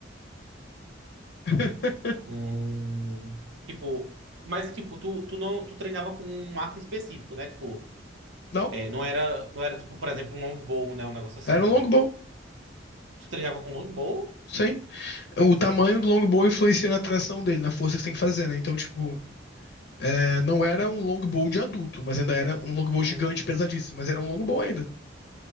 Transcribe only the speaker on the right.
Hum, tipo, mas tipo, tu, tu não, tu treinava com um arco específico, né? Tipo,
É, não era, não era tipo, por exemplo, um longbow, né? Um negócio assim.
Tu treinava com longbow?
Uhum.